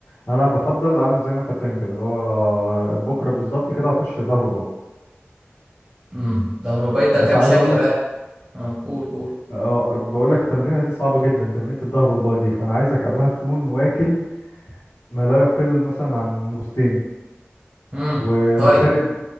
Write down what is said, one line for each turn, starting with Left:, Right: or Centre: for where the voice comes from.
Left: انا بفضل اعمل زي ما انت بتعمل كده اللي هو بكره بالظبط كده هخش ظهر وباي
Right: امم ظهر وباي ده
Left: بس
Right: كام
Left: عايز
Right: شكل
Left: اقول
Right: بقى
Left: لك
Right: اه قول قول
Left: أه بقول لك التمرينه دي صعبه جدا تمرينه الظهر والباي دي فانا عايزك قبلها تكون واكل ما لا يقل مثلا عن نصين
Right: امم
Left: مم.
Right: طيب
Left: وشارب